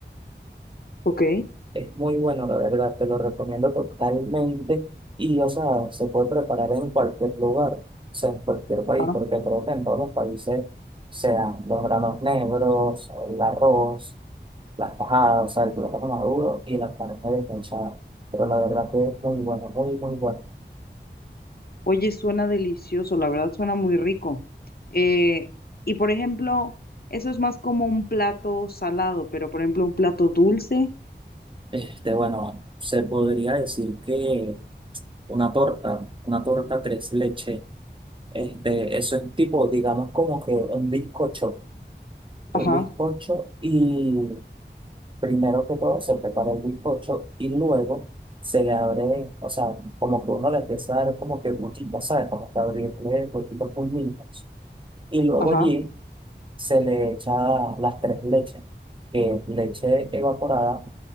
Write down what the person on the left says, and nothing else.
ok.
Ah,
Oye, suena delicioso, la verdad suena muy rico. Eh, y por ejemplo, eso es más como un plato salado, pero por ejemplo, un plato dulce.
Ajá,
ajá.